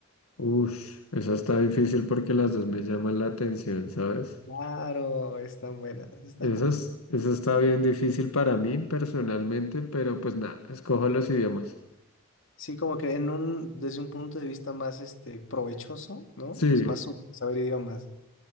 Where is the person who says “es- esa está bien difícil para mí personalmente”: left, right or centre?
Left